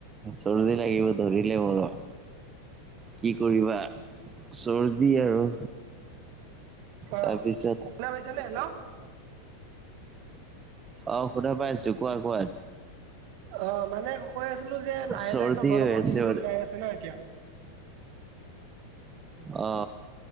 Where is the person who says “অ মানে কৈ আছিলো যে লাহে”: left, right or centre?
Right